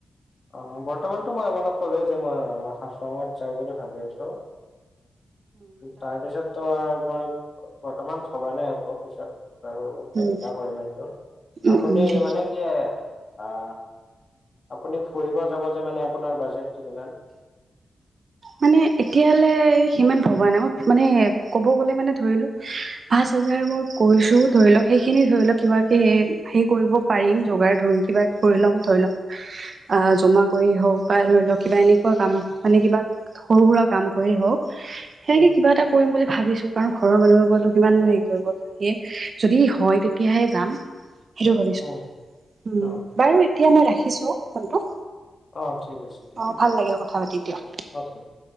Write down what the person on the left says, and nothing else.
অ বৰ্তমানতো মই আপোনাক ক'লোৱেই যে মই হাছঙত যাওঁ বুলি ভাবি আছোঁ। তাৰ পিছততো মই বৰ্তমান থবা নাই আকৌ পিছত বাৰু
চিন্তা কৰিম এইটো
আপুনি
মানে কি আ আপুনি ফুৰিব যাব যে মানে আপোনাৰ বাজেটো কিমান?
উম,
উম,
অ।
অ ঠিক আছে। দিয়ক
<unintelligible>